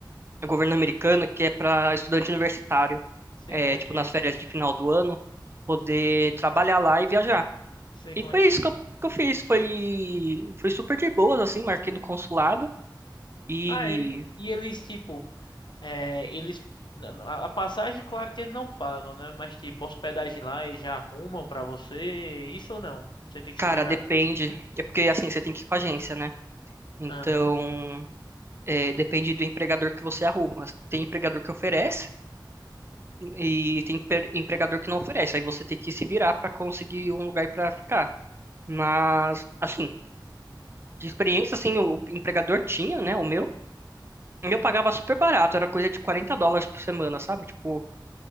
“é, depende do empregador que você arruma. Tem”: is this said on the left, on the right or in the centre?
Right